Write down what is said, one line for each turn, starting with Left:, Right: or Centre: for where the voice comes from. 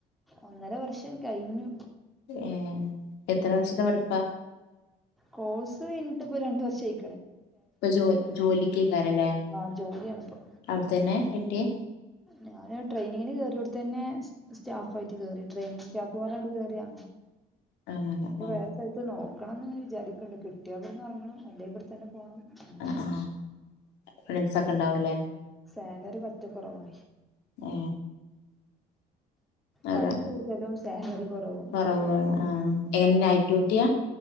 Centre: ഒന്നര വർഷം കഴിഞ്ഞു
Left: ഏ എത്രവർഷത്തെ പഠിപ്പാ
Centre: കോഴ്സ് കഴിഞ്ഞിട്ടിപ്പ രണ്ട് വർഷ ആയി
Left: ഇപ്പൊ ജോ ജോലിക് അയ് കാരല്ലേ
Centre: ആഹ് ജോലിയാണിപ്പോ
Left: അവ്ടതന്നെ കിട്ടിയ..
Centre: ഞാന് ട്രെനിങ്ങിന് കയറി യോട തന്നെ സ്റ്റാഫായിട്ട് കേറി ട്രെയിനിങ് സ്റ്റാഫ്ലേകേറിയ..
Left: അങ്ങനെ
Centre: ഇപ്പൊ
Left: ഏ
Centre: വേറെ സ്ഥലത്ത് നോക്കണംന്ന് വിചാരിക്ക്ണ്ട് കിട്ടിയായവിടുന്ന് അറങ്ങണം അല്ലെങ്കിഇവിടെത്തന്നെ പോണം. അങ്ങനൊക്കെ
Left: ആ ആ ഫ്രണ്ട്സ് ഒക്കെ ഉണ്ടാവൂല്ലേ.
Centre: സാലറി പറ്റെ കൊറവാ..
Left: ഹേ.. അതെ
Centre: പണി കൂടുതലും സാലറി കുറവും
Left: കൊറവാണ് ആ എൻനൈ റ്റ്യൂട്ടിയാ...